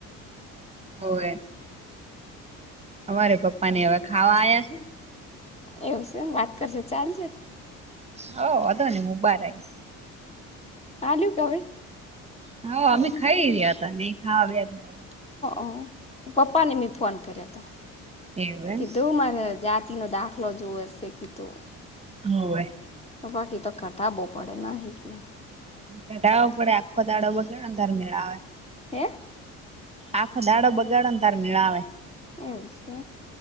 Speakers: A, on the right (about 20°); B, on the left (about 20°).
A: હોવે અમારે પપ્પા ને હવા ખાવા આવયા છે.
B: એવું છેમ વાત કરશે ચાલશે
A: હ અ હતો નમ મુ બારાઈ
B: આલટવે
A: હા અમે ખાઈ રહ્યા હતાા નહી ખા આવ્યા થાય
B: ઓ પપ્પાને મેી ફોન કર્યો હતો
A: હે એવું એમ
B: કીધું મારે જાત તનો દાખલો જોવએ શખ તોુ
A: હોવે
B: તો બાકી તો કટાાવો પડે ન હ કે
A: ઘઢાવો પડે આખો દાડો બગે અંધાર મેળ આવે
B: હે
A: આખો દાડો બગાડો ને તાર મેળ આવે
B: એવું છે.